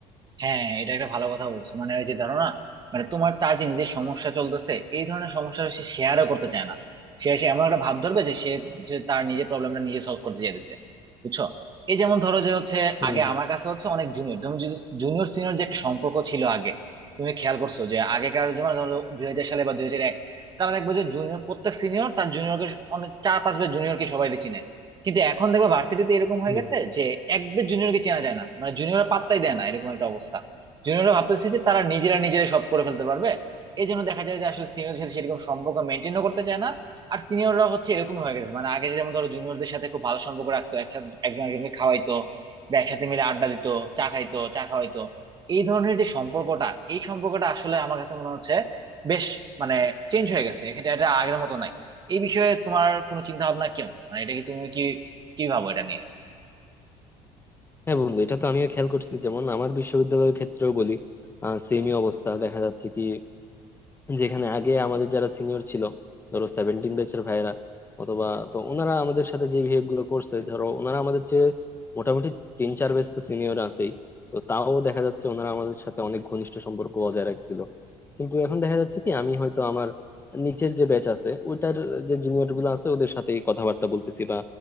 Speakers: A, on the right; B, on the left.
A: হ্যাঁ এটা একটা ভালো কথা বলছো মানে ওই যে ধরো না মানে তোমার তাজিন যে সমস্যা চলতেছে এই ধরনের সমস্যা সে শেয়ারও করতে চায় না সে এসে এমন একটা ভাব ধরবে যে সে যে তার নিজের প্রবলেমটা নিজে সলভ করতে চাইতেছে বুঝছো এই যেমন ধরো যে হচ্ছে
B: হুম
A: আগে
B: হুম
A: আমার কাছে হচ্ছে অনেক জুনিয়র তুমি জুনিয়র সিনিয়র যে একটা সম্পর্ক ছিল আগে তুমি খেয়াল করছো যে আগেকার যেমন ধরো দুই হাজার সালে বা দুই হাজার এক তারা দেখবে যে জুনিয়র প্রত্যেক সিনিয়র তার জুনিয়রকে অনেক চার পাঁচ বার জুনিয়রকে সবাই চিনে কিন্তু এখন দেখবে ভার্সিটিতে এরকম হয়ে
B: হুম
A: গেছে
B: হুম।
A: যে একবার জুনিয়রকে চেনা যায় না মানে জুনিয়র পাত্তাই দেয় না এরকম একটা অবস্থা জুনিয়ররা ভাবতেছে যে তারা নিজেরা নিজেরাই সব করে ফেলতে পারবে এই জন্য দেখা যায় যে আসলে সিনিয়রদের সাথে সেরকম সম্পর্ক মেনটেনও করতে চায় না আর সিনিয়ররা হচ্ছে এরকমই হয়ে গেছে মানে আগে যেমন ধরো জুনিয়রদের সাথে খুব ভালো সম্পর্ক রাখতো একসাথে একজন একজনকে খাওয়াইতো বা একসাথে মিলে আড্ডা দিত চা খাইতো চা খাওয়াইতো এই ধরনের যে সম্পর্কটা এই সম্পর্কটা আসলে আমার কাছে মনে হচ্ছে বেশ মানে চেঞ্জ হয়ে গেছে এটা এটা আগের মতো নাই এই বিষয়ে তোমার কোনো চিন্তা ভাবনা কেমন মানে এটা কি তুমি কি কি ভাবো এটা নিয়ে
B: হ্যাঁ বন্ধু এটা তো আমিও খেয়াল করছি যেমন আমার বিশ্ববিদ্যালয়ের ক্ষেত্রেও বলি সেমই অবস্থা দেখা যাচ্ছে কি যেখানে আগে আমাদের যারা সিনিয়র ছিল ধরো সেভেন্টিন ব্যাচের ভাইয়েরা অথবা তো ওনারা আমাদের সাথে যে বিহেভ গুলো করছে ধরো ওনারা আমাদের চেয়ে মোটামুটি তিন চার ব্যাচ তো সিনিয়র আছেই তো তাও দেখা যাচ্ছে ওনারা আমাদের সাথে অনেক ঘনিষ্ঠ সম্পর্ক বজায় রাখছিল কিন্তু এখন দেখা যাচ্ছে কি আমি হয়তো আমার নিচের যে ব্যাচ আছে ওইটার যে জুনিয়র গুলো আছে ওদের সাথেই কথাবার্তা বলতেছি বা